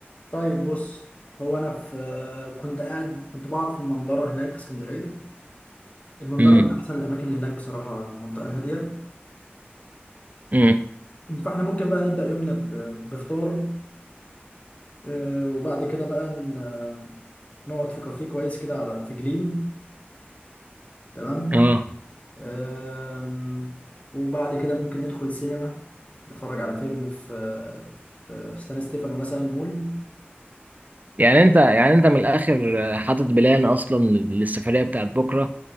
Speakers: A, on the left; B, on the right.
A: طيب بص هو انا في آه، كنت قاعد كنت بقعد في المنظره هناك في اسكندريه المنظره
B: امم
A: من احسن الاماكن اللي هناك بصراحه منطقه هاديه
B: امم
A: فاحنا ممكن بقى نبدا يومنا ب- بفطار آه، وبعد كده بقى ن- نقعد في كافيه كويس كده على في جليم تمام
B: اه
A: آم، وبعد كده ممكن ندخل سينما نتفرج على فيلم في في في سان ستيفانو مثلا مول
B: يعني انت يعني انت من الاخر آه، حاطط بلان اصلا للسفرية بتاعت بكرة